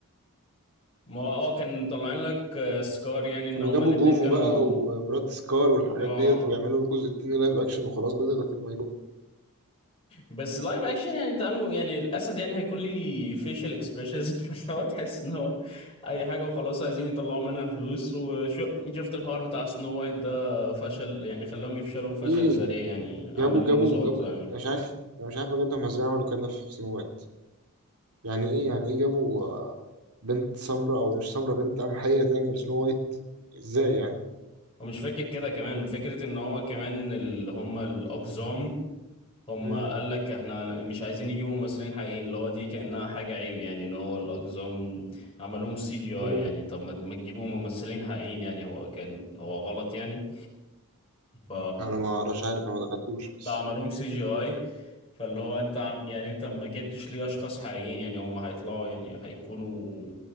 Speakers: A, on the left; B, on the right.
A: ما هو اه كان مطلعين لك آه، سكار يعني ان
B: كانوا
A: هما
B: جابوا
A: الاتنين
B: جوفو
A: كانوا
B: بقى ومرات سكار والحاجات
A: اه
B: ديت ويعملوا الجزء التاني لايف اكشن وخلاص بدل لكن ما يبقوا
A: بس لايف اكشن يعني انت عامله يعني الاسد يعني هيكون ليه فيشل اكسبريشنز <laughs> فهو تحس ان هو اي حاجه وخلاص عايزين يطلعوا منها فلوس وشفت الحوار بتاع سنو وايت ده فشل يعني خلاهم يفشلوا فشل
B: ليه
A: ذريع يعني عمالين
B: جابوا جابوا
A: يسقطوا
B: جابوا
A: يعني
B: أنا مش عارف انا مش عارف بجد هم ازاي عملوا كده في سنو وايت يعني ايه يعني ايه جابوا آه، بنت سمراء او مش سمراء بنت قمحية تعمل سنو وايت ازاي يعني
A: ومش فاكر كده كمان فكره ان هو كمان اللي هم الاقزام هم
B: امم
A: قال لك احنا مش عايزين يجيبوا ممثلين حقيقيين اللي هو دي كانها حاجه عيب يعني ان هو الاقزام عملوهم سي جي
B: امم
A: اي يعني طب ما ما تجيبوا ممثلين حقيقيين يعني هو كان هو غلط يعني ف
B: انا ما اعرفش عارف انا ما دخلتوش بس
A: ده عملوهم سي جي اي فاللي هو انت عم... يعني انت ما جبتش ليه اشخاص حقيقيين يعني هم هيطلعوا يعني هيكونوا